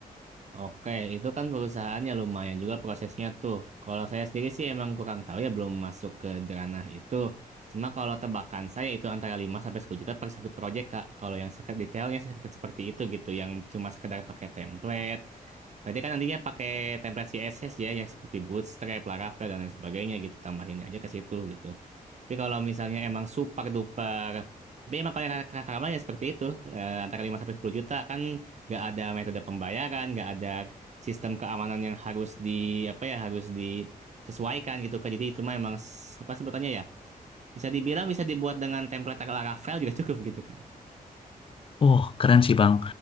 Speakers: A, on the right; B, on the left.
A: Oke, itu kan perusahaannya lumayan juga prosesnya tuh. Kalau saya sendiri sih emang kurang tahu ya, belum masuk ke ranah itu. Cuma kalau tebakan saya itu antara 5 sampai 10 juta per satu project, Kak. Kalau yang seket- detailnya sek- seperti itu gitu, yang cuma sekedar pakai template. Berarti kan nantinya pakai template CSS ya, yang seperti Bootstrap, Laravel, dan lain sebagainya gitu. Tambahin aja ke situ gitu. Tapi kalau misalnya emang super duper, tapi emang kalau yang kar- karma ya seperti itu, eh, antara 5 sampai 10 juta kan nggak ada metode pembayaran, nggak ada sistem keamanan yang harus di apa ya harus disesuaikan gitu kan. Jadi itu mah emang s- apa sebutannya ya? Bisa dibilang bisa dibuat dengan template Laravel juga <laughs> cukup gitu kan.
B: Oh, keren sih Bang.